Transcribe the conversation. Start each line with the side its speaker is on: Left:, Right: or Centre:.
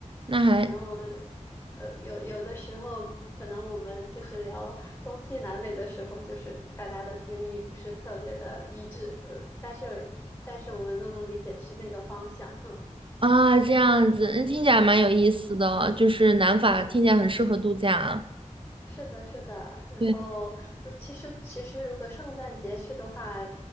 Right: 那还
Left: 可能我们呃有有的时候，可能我们就是聊东西南北的时候，就是大家的定义不是特别的一致，嗯，但是但是我们都能理解是那个方向，嗯。
Right: 啊，这样子，那听起来蛮有意思的，就是南法听起来很适合度假啊。
Left: 是的，是的，然后如其实其实如果圣诞节去的话，
Right: 对。